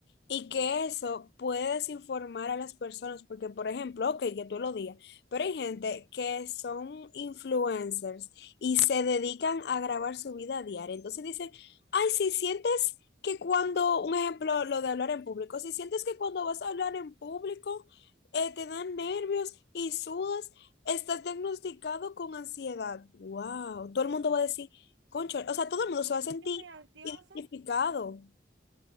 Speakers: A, on the left (about 60°); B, on the right (about 80°).
A: Y que eso puede desinformar a las personas, porque por ejemplo, ok, que tú lo digas, pero hay gente que son influencers y se dedican a grabar su vida diaria. Entonces dicen, ay, si sientes que cuando, un ejemplo, lo de hablar en público, si sientes que cuando vas a hablar en público eh, te dan nervios y sudas, estás diagnosticado con ansiedad. ¡Wow! Todo el mundo va a decir, concho, o sea, todo el mundo se va a sentir
B: Yo soy ansioso
A: identificado.